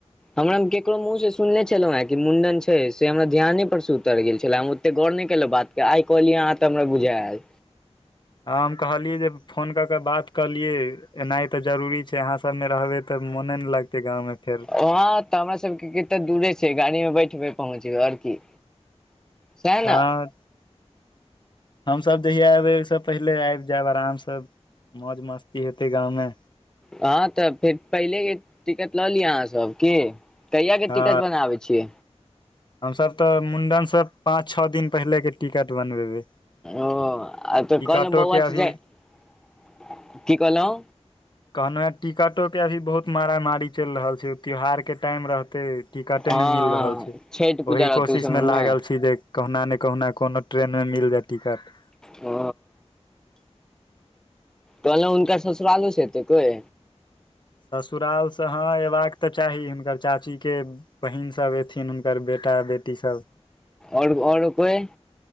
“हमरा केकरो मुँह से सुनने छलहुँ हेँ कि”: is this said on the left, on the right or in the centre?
Centre